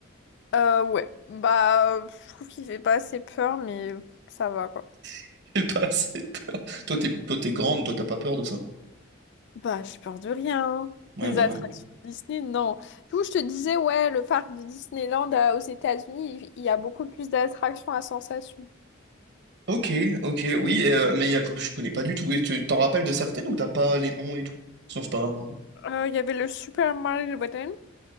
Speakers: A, on the left; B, on the right.
A: Euh, ouais. Bah, euh, je trouve qu'il fait pas assez peur, mais ça va, quoi.
B: <laughs> J'ai pas assez peur. Toi, t'es, toi, t'es grande, toi, t'as pas peur de ça.
A: Bah, j'ai peur de rien. hein.
B: Ouais,
A: Des
B: bah
A: attractions
B: ouais.
A: Disney, non. Du coup, je te disais, ouais, le parc de Disneyland euh, aux États-Unis, il il y a beaucoup plus d'attractions à sensation.
B: Ok, ok, oui, euh, mais il y a, je connais pas du tout. Et tu t'en rappelles de certaines ou t'as pas les noms et tout? Sinon, c'est pas grave. hein.
A: Euh, Il y avait le Super Mario Button.